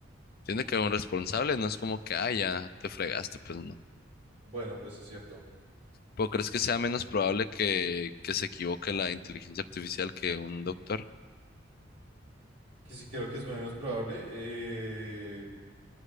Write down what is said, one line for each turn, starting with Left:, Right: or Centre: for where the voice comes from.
Left: tiene que haber un responsable, no es como que, ah, ya te fregaste, pues no.
Right: bueno, pues es cierto.
Left: ¿Pero crees que sea menos probable que, que se equivoque la inteligencia artificial que un doctor?
Right: Que sí creo que es menos probable. eh,